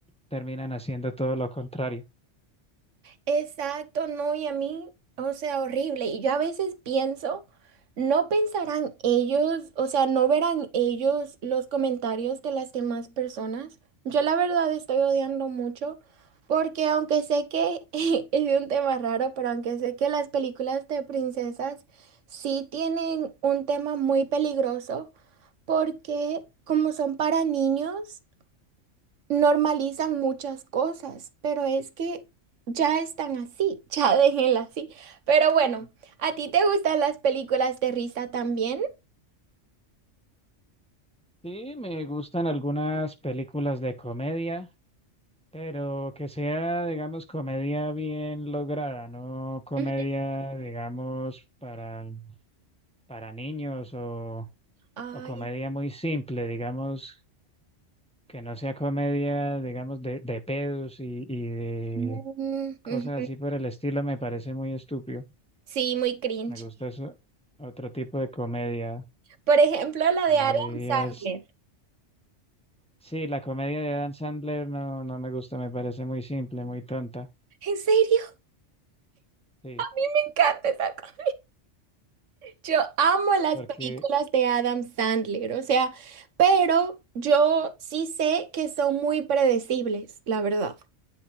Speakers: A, in the centre; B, on the right.
A: terminan haciendo todo lo contrario.
B: Exacto, no, y a mí, o sea, horrible. Y yo a veces pienso, no pensarán ellos, o sea, no verán ellos los comentarios de las demás personas. Yo la verdad estoy odiando mucho porque aunque sé que <laughs> es un tema raro, pero aunque sé que las películas de princesas sí tienen un tema muy peligroso porque como son para niños, normalizan muchas cosas, pero es que ya están así, <laughs> ya déjenla así. Pero bueno, ¿a ti te gustan las películas de risa también?
A: Sí, me gustan algunas películas de comedia, pero que sea, digamos, comedia bien lograda, no comedia,
B: Ujú.
A: digamos, para, para niños o,
B: Ay,
A: o comedia muy simple, digamos, que no sea comedia, digamos, de, de pedos y, y de
B: mm,
A: Cosas
B: ujú.
A: así por el estilo me parece muy estúpido.
B: sí, muy cringe.
A: Me gusta eso, otro tipo de comedia.
B: Por ejemplo, la
A: Comedias.
B: de Adam Sandler.
A: Sí, la comedia de Adam Sandler no, no me gusta, me parece muy simple, muy tonta.
B: ¿En serio?
A: Sí,
B: <laughs> Me encanta esa cosa. Yo amo las
A: porque
B: películas de Adam Sandler, o sea, pero yo sí sé que son muy predecibles, la verdad.